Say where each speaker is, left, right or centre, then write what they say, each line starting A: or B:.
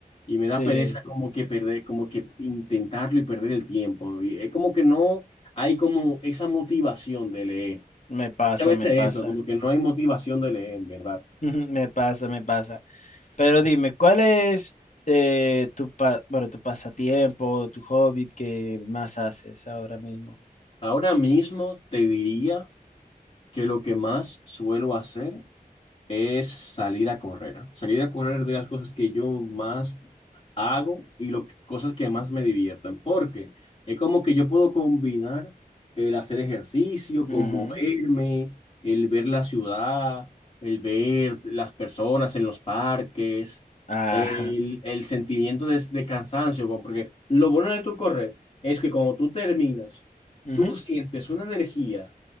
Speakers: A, on the left (about 35°); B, on the left (about 50°).
A: Y me
B: sí,
A: da pereza como que perder, como que intentarlo y perder el tiempo. Y es como que no hay como esa motivación de leer.
B: me pasa,
A: A veces
B: me pasa.
A: eso, como que no hay motivación de leer, en verdad.
B: Ujú, Me pasa, me pasa. Pero dime, ¿cuál es eh, tu pa- bueno, tu pasatiempo, tu hobby que más haces ahora mismo?
A: Ahora mismo te diría que lo que más suelo hacer es salir a correr. ¿ah? Salir a correr de las cosas que yo más hago y lo que- cosas que más me diviertan, porque es como que yo puedo combinar el hacer ejercicio,
B: Ujú,
A: con moverme, el ver la ciudad, el ver las personas en los parques,
B: Ajá.
A: el, el sentimiento de, de cansancio, como- porque lo bueno de tu correr es que cuando tú terminas,
B: ujú.
A: tú sientes una energía